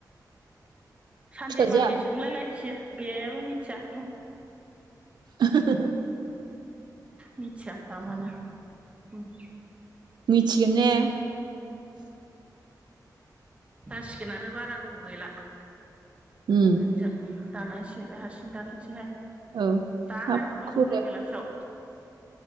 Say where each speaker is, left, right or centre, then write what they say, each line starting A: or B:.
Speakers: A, on the right (about 15°); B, on the right (about 80°).
A: सानदे
B: फिसाजोआ
A: मान्दे सोंलायलायथियो जेबो मिथिया उम।
B: ओहोहोह।
A: मिथियाफामानो उम।
B: मिथिगोन ने?
A: जासिगोनानो बारा गोबाव गैला।
B: उम
A: नोंजों दानांसै हारसिं दाथोंसैहाय।
B: औ
A: दाहाय
B: हाब
A: हरबावगोन
B: खुराया
A: र' बेलासियाव।